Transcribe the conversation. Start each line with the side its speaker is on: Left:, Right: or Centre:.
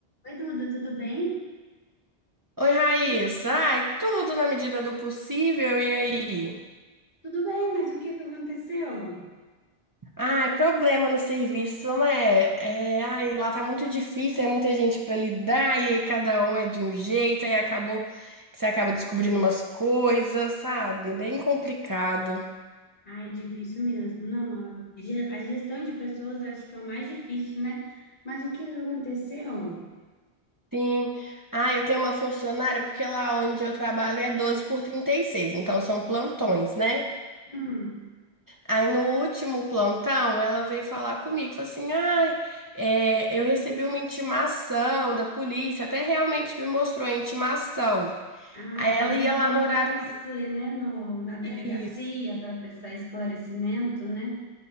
Left: Oi, Duda, tudo bem?
Right: Oi, Raíssa. Ai, tudo na medida do possível, e aí?
Left: Tudo bem, mas o que que aconteceu?
Right: Ai, problema no serviço, né? É, ai, lá tá muito difícil, é muita gente pra lidar, e aí cada um é de um jeito, aí acabou que você acaba descobrindo umas coisas, sabe? Bem complicado.
Left: Ai, difícil mesmo. Não, a ge- a gestão de pessoas acho que é o mais difícil, né? Mas o que que aconteceu?
Right: Sim. Ah, eu tenho uma funcionária, porque lá onde eu trabalho é 12 por 36, então são plantões, né?
Left: Hum,
Right: Aí no último plantão, ela veio falar comigo, falou assim, ai, é, eu recebi uma intimação da polícia, até realmente me mostrou a intimação.
Left: ai,
Right: Aí
Left: tem
Right: ela
Left: que
Right: ia
Left: comparecer,
Right: lá no horário... d-
Left: né, no, na delegacia
Right: Isso.
Left: para prestar esclarecimento, né?